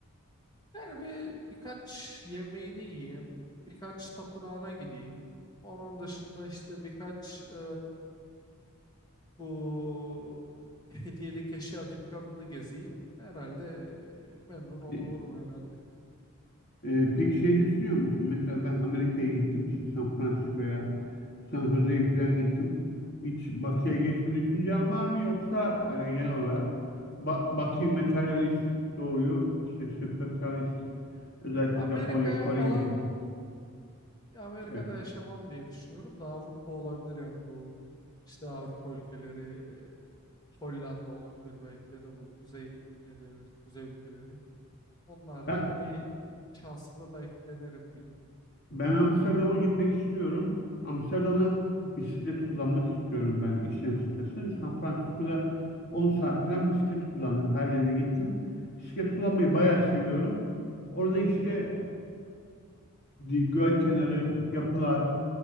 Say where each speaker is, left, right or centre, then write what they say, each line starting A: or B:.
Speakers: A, on the left; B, on the left.
A: Yani bir birkaç yemeğini yiyeyim, birkaç tapınağına gideyim. Onun dışında işte birkaç e, bu hediyelik eşya dükkanını gezeyim. Herhalde e, memnun olurum
B: E,
A: herhalde.
B: e, peki şey düşünüyor musun? Mesela ben Amerika'ya gittim işte San Francisco'ya San Jose'ye falan gittim. Hiç batıya geçme düşüncen var mı yoksa hani genel olarak ba batıyı materyalist, doğuyu işte spiritualist özellikle
A: Amerika'ya
B: Japonya, Kore
A: falan
B: gibi yani.
A: Amerika'da
B: Evet.
A: yaşamam diye düşünüyorum da Avrupa olabilir yani bu işte Avrupa ülkeleri e, Hollanda olabilir belki ya da bu kuzey ne denir kuzey ülkeleri. Onlarda
B: Ben,
A: hani bir şansımı belki denerim bir gün.
B: ben Amsterdam'a gitmek istiyorum. Amsterdam'da bisiklet kullanmak istiyorum ben işin açıkçası. San Francisco'da 10 saat falan bisiklet kullandım. Her yerine gittim. Bisiklet kullanmayı bayağı seviyorum. Orada işte di- göl kenarı, yapılar,